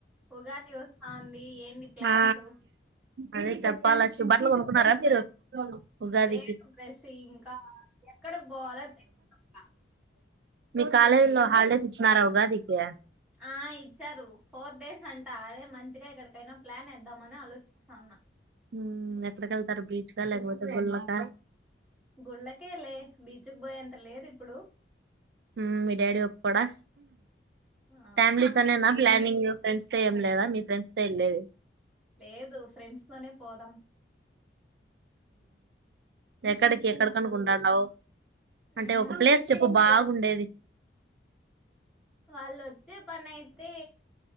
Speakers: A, in the centre; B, on the right.
A: ఉగాది వ ఆన్ ఏంది ప్లాన్సు
B: ఆ అదే చెప్పాలష్యు బట్టలు కొనుక్కున్నారా మీరు ఉగాదికి
A: లేదు ప్రసీ ఇంకా ఎక్కడికి పోవాలో తెలీట్లా
B: మీ కాలేజ్ లో హాలిడేస్ ఇచ్చినారా ఉగాదికి
A: ఆ ఇచ్చారు ఫోర్ డేస్ అంట అదే మంచిగా ఇక్కడ పేనా ప్లానేద్దామని ఆలోచిస్తాన్న
B: మ్మ్ ఎక్కడికెళ్తారు బీచ్కా లేకపోతే గుల్లకా
A: గుళ్ళకే లే బీచ్కు పోయేంత లేదు ఇప్పుడు
B: మ్మ్ మీ డాడీ ఒప్పుకోడా
A: ఆ
B: ఫ్యామిలీ తనేనా ప్లానింగ్ ఫ్రెండ్స్ తో ఏం లేదా మీ ఫ్రెండ్స్ తో వెళ్లేది
A: లేదు ఫ్రెండ్స్ తోనే పోదాం
B: ఎక్కడికి ఎక్కడికనుకుంటాండావ్ అంటే
A: ఉమ్
B: ఒక ప్లేస్ చెప్పు బాగా ముండేది
A: వాళ్ళుొచ్చే పని అయితే